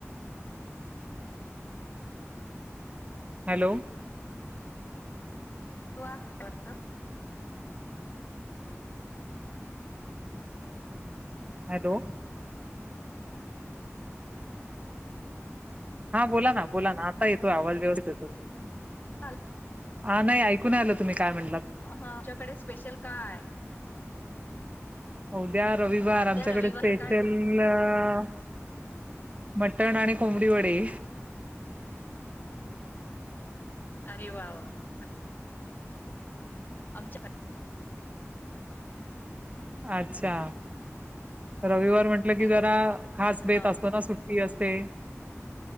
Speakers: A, on the right (about 30°); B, on the left (about 35°).
A: हॅलो
B: <unintelligible>
A: हॅलो हा बोला ना बोला ना आता येतोय. आवाज व्यवस्थित येतोय.
B: <unintelligible>
A: हा नाही ऐकू नाही आल तुम्ही काय म्हणलात.
B: हा तुझ्याकडे स्पेशल काय आहे.
A: हो द्या रविवार आमच्याकडे
B: त्या रविवार
A: स्पेशल
B: काय तो
A: ह मटण आणि कोंबडी वडे.
B: अरे वा वा वा आमच्या
A: अच्छा रविवार म्हटल
B: हॅलो
A: की जरा खास बेत
B: हा
A: असो सुटी अस पे